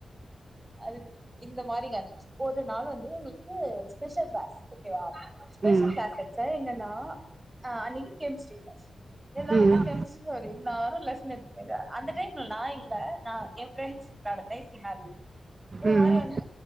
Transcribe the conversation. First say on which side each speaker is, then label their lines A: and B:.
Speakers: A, on the right (about 20°); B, on the right (about 45°).
A: அது இந்த மாரிங்க ஒரு நாள் வந்து உங்களுக்கு ஸ்பெஷல் க்ளாஸ் ஒக்கே வா ஸ்பெஷல்
B: ம்
A: க்ளாஸ் வச்சாங்க என்னன்னா ஆ அன்னக்கி கெமிஸ்ட்ரி க்ளாஸ் இதுதா
B: ம்
A: வந்து கெமிஸ்ட்ரி சார் இருந்தா நானு லெசன் எத்துக்கர அந்த டைம்ல நா இல்ல நா ஏ ஃப்ரெண்ட்ஸ் நடத்தை சிமாரி இதே
B: ம்
A: மாரி வந்து